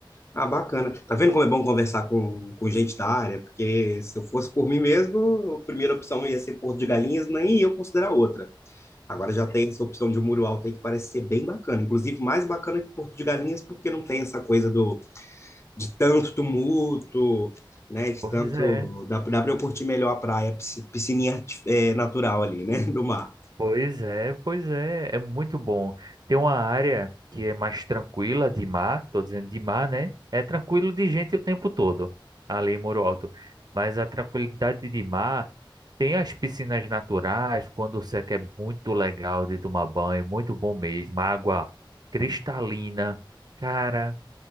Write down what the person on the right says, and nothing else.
Pois
é.
Pois é, pois é, é muito bom. Tem uma área que é mais tranquila de mar, tô dizendo de mar, né? É tranquilo de gente o tempo todo, ali em Muro Alto. Mas a tranquilidade de mar tem as piscinas naturais, quando você quer muito legal de tomar banho, muito bom mesmo. Água cristalina, cara,